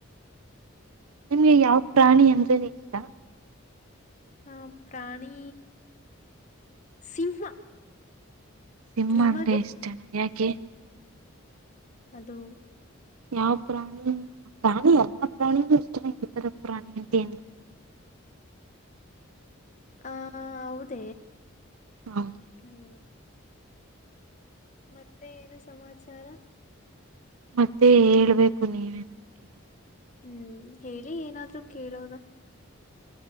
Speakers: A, on the right; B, on the left.
A: ನಿಮ್ಗೆ ಯಾವ ಪ್ರಾಣಿ ಅಂದ್ರೆ ಇಷ್ಟ
B: ಆ ಪ್ರಾಣಿ ಸಿಂಹ
A: ಸಿಂಹ
B: ನಿಮಗೆ
A: ಅಂದ್ರೆ ಇಷ್ಟನ ಯಾಕೆ
B: ಅದು
A: ಯಾವ ಪ್ರಾಣಿ ಪ್ರಾಣಿ ಎಲ್ಲ ಪ್ರಾಣಿೂ ಇಷ್ಟನ ಇದರ ಪ್ರಾಣಿ ಅಂತೇಏನ್
B: ಹ ಹೌದ
A: ಹೌದು
B: ಹ್ಮ ಮತ್ತೆ ಏನು ಸಮಾಚಾರ
A: ಮತ್ತೆ ಹೇಳ್ಬೇಕು ನೀವೇ ನಾ ಕೇಳಿದೆ.
B: ಹ್ಮ್ ಹೇಳಿ ಏನಾದ್ರು ಕೇಳೋದ